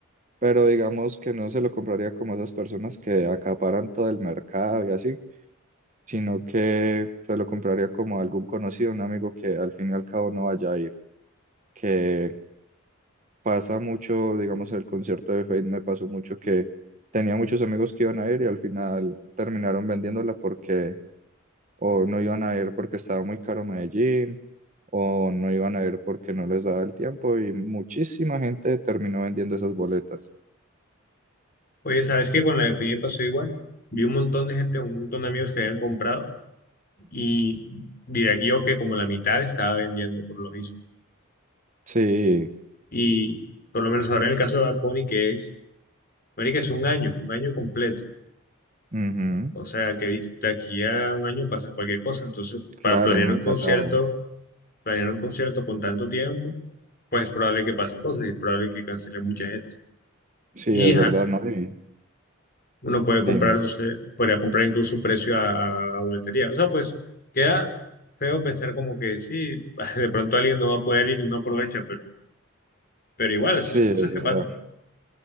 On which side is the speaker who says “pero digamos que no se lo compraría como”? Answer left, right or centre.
Right